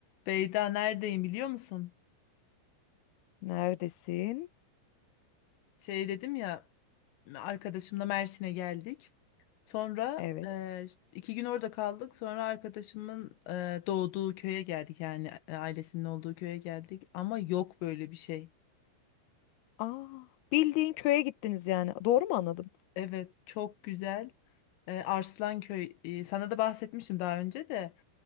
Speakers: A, on the left; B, on the left.
A: Beyda neredeyim biliyor musun?
B: Neredesin?
A: Şey dedim ya arkadaşımla Mersin'e geldik. Sonra
B: Evet.
A: e, iki gün orada kaldık. Sonra arkadaşımın e, doğduğu köye geldik yani e, ailesinin olduğu köye geldik. Ama yok böyle bir şey.
B: Aa, bildiğin köye gittiniz yani. Doğru mu anladım?
A: Evet çok güzel. E, Arslanköy e, sana da bahsetmiştim daha önce de